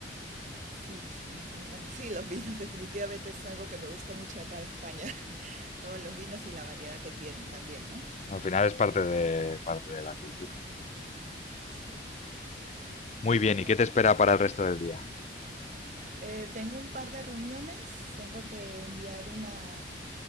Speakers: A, on the right; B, on the left.
A: Sí, sí, me, me encanta. Sí, los vinos definitivamente es algo que me gusta mucho de acá de España. <laughs> Todos los vinos y la variedad que tienen también, ¿no?
B: Al final es parte de, parte de la cultura.
A: Sí.
B: Muy
A: Bueno,
B: bien, ¿y qué te espera para el resto del día?
A: Eh, tengo un par de reuniones, tengo que enviar unas,